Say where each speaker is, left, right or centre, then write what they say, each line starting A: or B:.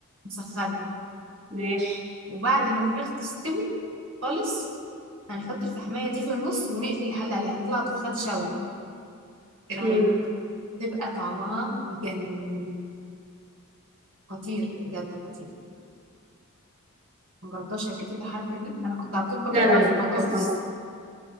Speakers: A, on the right; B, on the right.
A: نسخنها
B: ماشي
A: وبعد ما الفراخ تستوي خالص هنحط الفحماية دي في النص ونقفل الحل عليها تطلع دخان شوي ايه رهيب
B: مم.
A: بتبقى طعمها يجنن خطير بجد خطير مجربتهاش قبل كده الحركة دي انا كنت على طول بجربها
B: لا لا لا
A: في
B: لا.
A: البطاطس
B: هسمع